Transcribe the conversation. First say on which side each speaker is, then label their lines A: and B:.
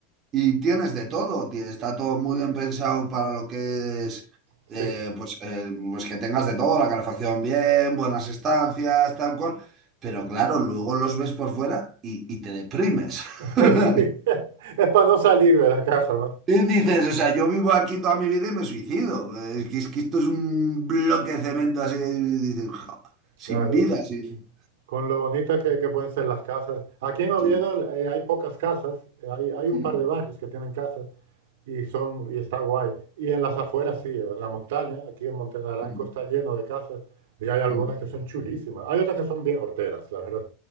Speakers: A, on the right; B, on the right.
A: Y tienes de todo, tie- está todo muy bien pensado para lo que es,
B: Sí,
A: eh, pues, eh, pues que tengas de todo, la calefacción bien, buenas estancias, tal cual, pero claro, luego los ves por fuera y, y te deprimes.
B: <laughs>
A: <laughs>
B: sí, <laughs> es para no salir de la casa, ¿no?
A: Y dices, o sea, yo vivo aquí toda mi vida y me suicido. Es que, es que esto es un bloque de cemento así, y dices, "Ja, sin
B: Claro,
A: vida, sin...
B: con lo bonitas que, que pueden ser las casas. Aquí en Oviedo
A: Sí.
B: eh, hay pocas casas, eh, hay, hay un
A: Mm,
B: par de barrios que tienen casas, y, son, y está guay. Y en las afueras sí, en la montaña, aquí en Montenaranco
A: mm,
B: está lleno de casas y hay algunas
A: mm".
B: que son chulísimas. Hay otras que son bien horteras, la verdad.